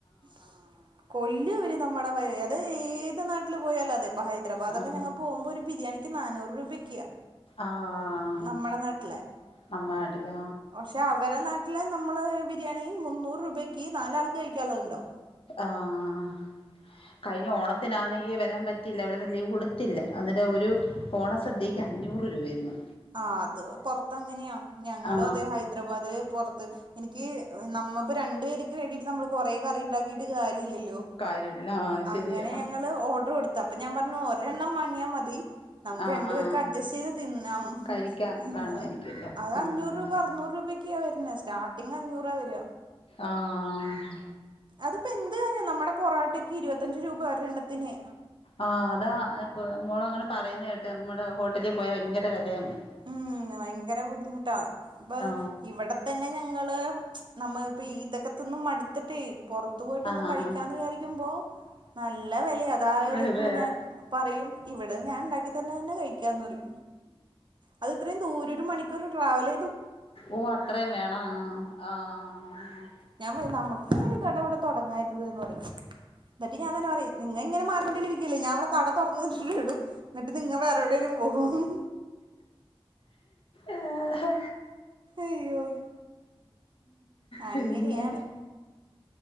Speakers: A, on the right; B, on the left.
A: ആഹ് കൊല്ലും അവര്. നമ്മുടെ മ അത് ഏത് നാട്ടിൽ പോയാലും അതെ ഇപ്പ ഹൈദരാബാദൊക്കെ
B: ആഹ്
A: ഞങ്ങൾ പോകുമ്പോൾ ഒരു ബിരിയാണി ക്ക് നാനൂറ് രൂപയ്ക്ക്യാ.
B: ആഹ്
A: നമ്മടെ നാട്ടിലെ
B: നമ്മാട്ടില
A: പക്ഷെ അവരെ നാ ലെ നമ്മള് ബിരിയാണി മുന്നൂറ് രൂപയ്ക്ക് നാലാ ആൾക്ക് കഴിക്കാള്ളത്ണ്ടാവും.
B: ആഹ് കഴിഞ്ഞ ഓണത്തിനാന്നെങ്കി വരാൻ പറ്റില്ല ഇവിടെന്ന് ലീവ് കൊടുത്തില്ല. അവരെ ഒരു ഒന്നാസദ്യക്ക് അഞ്ഞൂറ് രൂപായിരുന്ന്.
A: ആഹ് അത് പൊറത്തങ്ങനെയാ ഞങ്ങള്
B: ആ
A: അതെ ഹൈദരാബാദില് പൊറത്ത് ൻക്കി നമ്മപ്പ രണ്ട് വെര്ക്ക് വേണ്ടിട്ട് നമ്മള് കൊറേ കറി ഇണ്ടാക്കിട്ട് കാര്യ ഇല്ലല്ലോ.
B: കാര്യമില്ല ആ ശരിയാ
A: അങ്ങനെ ഞങ്ങള് ഓഡ്ര് കൊട്ത്തപ്പ ഞാം പറഞ്ഞു ഒരെണ്ണം വാങ്ങിയാ മതി. നമ്ക്ക്
B: ആ
A: രണ്ട് പേർക്ക്
B: ആ
A: അഡ്ജസ്റ്റെയ്ത് തിന്നാം
B: കഴിക്കാം
A: ഏയ്
B: കാണുമായിരിക്കുമല്ലോ
A: ഞാം പർ അത
B: ഉം
A: അഞ്ഞൂറ് രൂപ അർ ന്നൂർ രൂപെക്ക വെര്ന്ന സ്റ്റാർട്ടിംഗ് അഞ്ഞൂറ വെര
B: ആഹ്
A: അത്പ്പ എന്റ കാര്യ നമ്മട പൊറോട്ടക്ക് ഇരുപത്തഞ്ച് രൂപ ഒരെണ്ണത്ത്ന്
B: ആഹ് അതക്കൊ മോളങ്ങനെ പറേന്നെട്ട് നമ്മ്ട ഹോട്ടലി പോയാ വയ്ങ്കര വെലയാന്ന്
A: ഉം ഭയങ്കര ബുദ്ധിമുട്ടാ ഇപ്പൊ
B: ആ
A: ഇവിടെ തന്നെ ഞങ്ങള് നമ്മ ഇപ്പ ഇതൊക്കത്തന്നന്ന് മടുത്തിട്ടേ പോർത് അത്ത പോയിട്ടൊന്ന്
B: ആ ആ
A: കഴിക്കാന്ന്
B: ആ
A: വിചാരിക്കുമ്പോ നല്ല വെലയ അതാ ആലയിക്കുമ്പോ
B: വിലയാ
A: ഞാൻ പറയും ഇവിടെ ഞാൻ ഉണ്ടാക്കി തന്നെ തന്നെ കഴിക്കാന്ന് പറ അത് ഇത്രയും ദൂര ഒരു മണിക്കൂർ ട്രാവല
B: ഓ അത്രയും വേണ ആഹ്
A: ഞാം പറെം നമ്മ്ക്ക്‌ ഇങ്ങന്നൊര് കട ഇവട തൊടങ്ങാര്ന്ന് എന്ന് പറിം എന്നട്ട് ഞാ തന്ന പറെം നിങ്ങ ഇങ്ങന മാറിക്കൊണ്ടിലിരിക്കല്ലേ ഞാ ഇവട കട തൊറന്ന് ഇടും എന്നട്ട് നിങ്ങ വേറെ എവ്ടെലും പോവും
B: ഏഹാ
A: അയ്യോ
B: പിന്നെ
A: അങ്ങനെയാണ്